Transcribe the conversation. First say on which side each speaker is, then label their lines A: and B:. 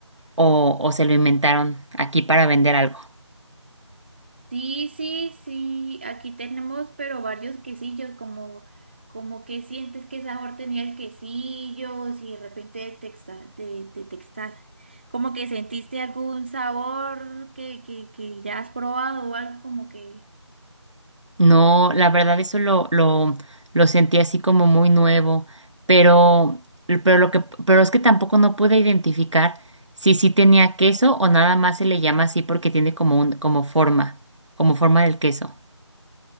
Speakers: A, on the right; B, on the right.
A: o, o se lo inventaron aquí para vender algo?
B: Sí, sí, sí, aquí tenemos, pero varios quesillos, como, como que sientes que sabor tenía el quesillo, si de repente detecta- de- detectas, como que sentiste algún sabor que, que, que ya has probado o algo como que,
A: No, la verdad eso lo, lo, lo sentí así como muy nuevo, pero, pero, lo que, pero es que tampoco no pude identificar si sí tenía queso o nada más se le llama así porque tiene como un, como forma, como forma del queso.